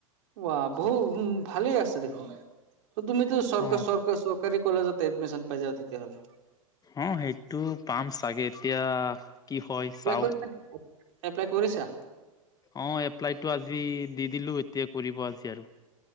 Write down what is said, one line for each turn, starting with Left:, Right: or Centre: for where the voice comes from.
Right: বা বহু উ ভালেই আছে দেখোন তুমিতো চৰকাৰ
Left: অ
Right: চৰ চৰকাৰী কলেজত এডমিশন পাই যাবা তেতিয়াহলে
Left: অ সেইটো পাম চাগে এতিয়া কি হয়
Right: এপ্লাই
Left: চাও
Right: কৰিছা এপ্লাই কৰিছা
Left: অ এপ্লাইটো আজি দি দিলো এতিয়া কৰিব আজি আৰু